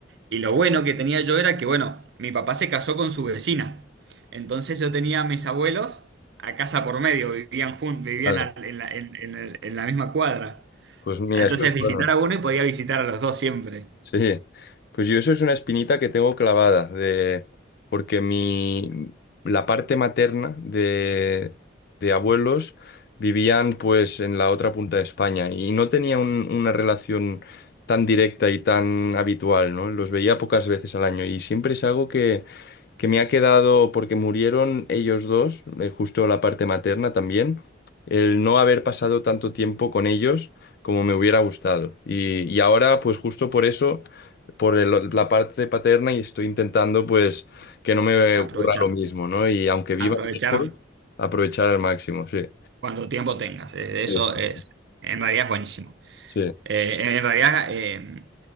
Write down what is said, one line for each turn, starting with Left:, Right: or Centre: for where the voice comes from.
Right: Y lo bueno que tenía yo era que, bueno, mi papá se casó con su vecina. Entonces yo tenía a mis abuelos a casa por medio, vivían juntos, vivían
Left: Vale,
Right: al- en la, en- en el- en la misma cuadra.
Left: pues mira,
Right: Entonces
Left: eso es
Right: visitar
Left: bueno.
Right: a uno y podía visitar a los dos siempre.
Left: Sí, pues yo eso es una espinita que tengo clavada, de, porque mi, la parte materna de, de abuelos vivían pues en la otra punta de España y no tenía un- una relación tan directa y tan habitual, ¿no? Los veía pocas veces al año y siempre es algo que, que me ha quedado, porque murieron ellos dos, eh, justo la parte materna también, el no haber pasado tanto tiempo con ellos como me hubiera gustado. Y, y ahora, pues justo por eso, por el- la parte paterna, y estoy intentando, pues, que no me ocurra
Right: Aprovechar,
Left: lo mismo, ¿no? Y aunque viva
Right: aprovechar
Left: lejos, aprovechar al máximo, sí.
Right: cuando tiempo tengas. Eh, Eso
Left: Sí,
Right: es, en realidad es buenísimo.
Left: sí.
Right: Eh, en realidad, eh,